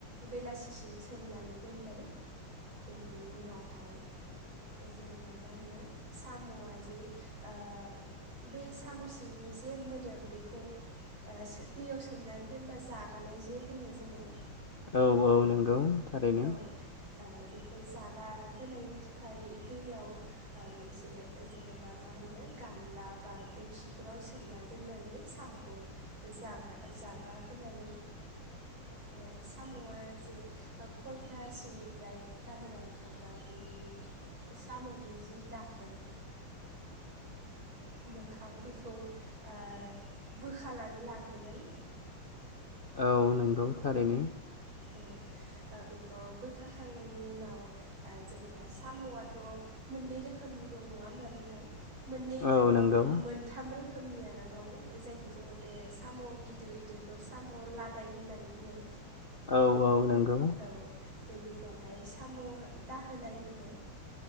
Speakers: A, on the right; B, on the left.
A: बेलासेसिम सोमनानै दोनबाय
B: <inaudible>
A: बेनि उनाव हाय जेनेबा मा होनो सामआजे ओ बे साम सिंनि जे मोदोम बेखौ ओ दैयाव सोमनानै दोनबा जागानाय जे होनो जोङो
B: औ औ नंगौ थारैनो
A: औ ओ बेखौ जागा होनायनि थाखाय दैयाव मोनसे जेनेबा मा होनो गामला बा दोखिफोराव सोमना दोननानै सामखौ जागा जागा होनानै बे सामआ जे खलथा सिंनिफ्राय बाहेरायाव ओंखारबा बेनि सामनि जि दाखोन मोखां बेखौ ओ बोखानानै लाग्रोगोन
B: औ नंगौ थारैनो
A: औ ओ बेखौ बोखाखांनायनि उनाव ओ जेनेबा सामआथ मोननै रोखोमनि दं नङा होमब्ला नोंथां मोननै
B: औ
A: माने
B: नंगौ
A: मोन थाम रोखोमनियानो दं जायखौ जोङो बे साम गिदिर गिदिरखौ साम लाद दाय होननानै बुङो
B: औ औ नंगौ
A: औ बेनि उनावहाय साम' दाहोनाय होनो